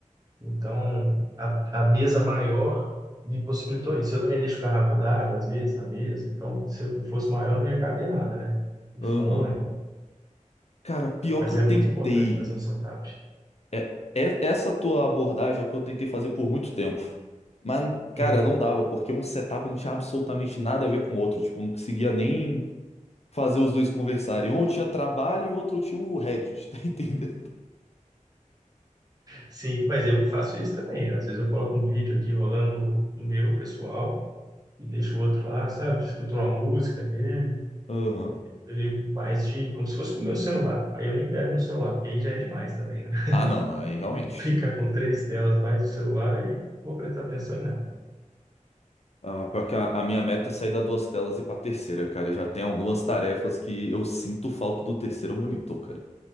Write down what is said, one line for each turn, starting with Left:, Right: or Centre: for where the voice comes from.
Right: Então, a, a mesa maior me possibilitou isso. Eu também deixo garrafa d'água, às vezes, na mesa. Então, se eu não fosse maior, não ia caber nada, né? O
Left: aham.
Right: fone.
Left: Cara, pior
Right: Mas
Left: que eu
Right: é
Left: tentei.
Right: muito importante fazer um setup.
Left: É, é- essa tua abordagem é o que eu tentei fazer por muito tempo. Mas, cara,
Right: Uhum.
Left: não dava, porque um setup não tinha absolutamente nada a ver com o outro. Tipo, eu não conseguia nem fazer os dois conversarem. Um tinha trabalho e o outro tinha o Reddit, <laughs> tá entendendo?
Right: Sim, mas eu faço isso também. Às vezes eu coloco um vídeo aqui rolando no, no meu pessoal e deixo o outro lá, sabe? Escuto uma música nele,
Left: Aham.
Right: ele mais de como se fosse o meu celular. Aí eu nem pego no celular, porque aí já é demais também, né?
Left: Ah, não, aí realmente.
Right: <laughs> Ficar com três telas mais no celular, aí não vou prestar atenção em nada.
Left: Ah, mas pior que a, a minha meta é sair da duas telas e ir pra terceira, cara. Já tem algumas tarefas que eu sinto falta do terceiro monitor, cara.